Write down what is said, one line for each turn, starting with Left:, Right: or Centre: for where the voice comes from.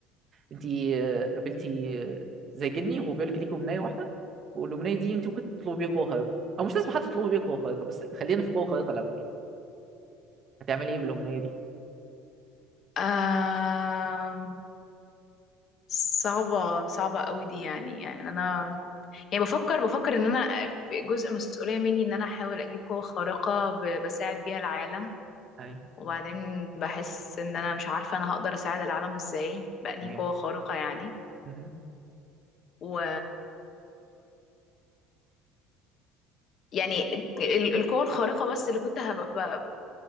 Right: انت آه، قابلتي آه، زي جني وهو بيقول لك ليكي امنيه واحده والامنيه دي انت ممكن تطلبي بيها قوه خارقه او مش لازم حتى تطلبي بيها قوه خارقه بس خلينا في قوه خارقه الاول هتعملي ايه بالامنيه دي
Left: آم، صعبة صعبة قوي دي يعني يعني أنا يعني بفكر بفكر إن أنا في جزء مسؤولية مني إن أنا أحاول أجيب قوة خارقة ب- بساعد بيها العالم
Right: ايوه
Left: وبعدين بحس إن أنا مش عارفة أنا هقدر أساعد العالم إزاي بأنهي
Right: ايوه
Left: قوة خارقة يعني
Right: مهم.
Left: و يعني ال- القوة الخارقة بس اللي كنت هب- ب-